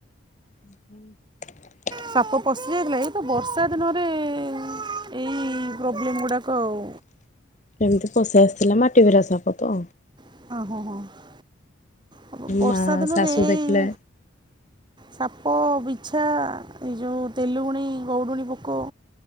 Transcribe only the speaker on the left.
ହୁଁ
ସେମ୍ତି ପଶି ଆସିଥିଲା ମାଟି <unintelligible> ସାପ ତ।
ମା
ଶାଶୁ
ଦେଖିଲେ